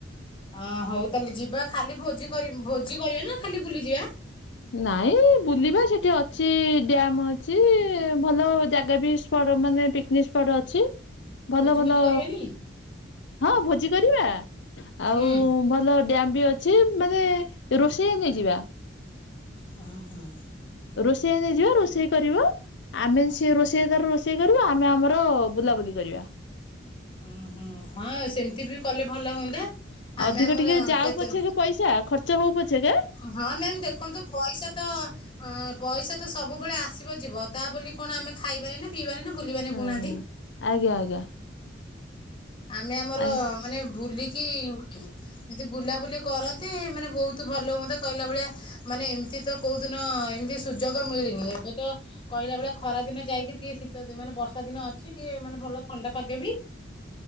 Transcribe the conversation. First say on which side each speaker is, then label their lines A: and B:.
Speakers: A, on the left (about 30°); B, on the left (about 70°).
A: ହଁ ହଉ ତାହେଲେ ଯିବା ଖାଲି ଭୋଜି କରି ଭୋଜି କରିବା ନା ଖାଲି ବୁଲି ଯିବା
B: ନାଇଁ ବୁଲିବା ସେଠି ଅଛି ଡ୍ୟାମ ଅଛି ଭଲ ଜାଗା ବି ମାନେ ପିକନିକ ସ୍ପଟ ଅଛି ଭଲ
A: ଭୋଜି
B: ଭଲ
A: ଭୋଜି କରିବାନି
B: ହଁ ଭୋଜି କରିବା ଆଉ
A: ହୁଁ
B: ଭଲ ଡ୍ୟାମ୍ ବି ଅ ଯି ମାନେ ରୋଷେୟା ନେଇଯିବା
A: ହୁଁ ହୁଁ
B: ରୋଷେୟା ନେଇଯିବା ରୋଷେଇ କରିବ ଆମେ ସିଏ ରୋଷେୟା ତାର ରୋଷେଇ କରିବା ଆମେ ଆମର ବୁଲାବୁଲି କରିବା
A: ହୁଁ ହୁଁ ହଁ ସେମିତି ବି କଲେ ଭଲ ହୁଅନ୍ତା ଆମେ
B: ଅଧିକ
A: ଆମର
B: ଟିକେ ଯାଉ
A: କେତେ
B: ପଛେ କେ ପଇସା ଖର୍ଚ୍ଚ ହଉ ପଛେ କେ
A: ହଁ ମ୍ୟାମ ଦେଖନ୍ତୁ ପଇସା ତ ଅଁ ପଇସା ତ ସବୁବେଳେ ଆସିବ ଯିବ ତା ବୋଲି କଣ ଆମେ ଖାଇବାନି ପିଇବାନି ନା ବୁଲିବାନି
B: ହଁ
A: କହୁନାହାନ୍ତି
B: ଆଜ୍ଞା ଆଜ୍ଞା
A: ଆମେ ଆମର
B: ଆ
A: ମାନେ ବୁଲିକି ଯଦି ବୁଲାବୁଲି କରନ୍ତି ମାନେ ବହୁତ ଭଲ ହୁଅନ୍ତା କହିଲା ଭଳିଆ ମାନେ ଏମିତି ତ କୋଉଦିନ ଏମିତି ସୁଯୋଗ ମିଳିନି ଏବେ ତ କହିଲା ବେଳେ ଖରା ଦିନ ଯାଇକି ଟିକେ ଶୀତ ଦିନ ମାନେ ବର୍ଷା ଦିନ ଅଛି ଟିକେ ମାନେ ଭଲ ଥଣ୍ଡା ପାଗେବି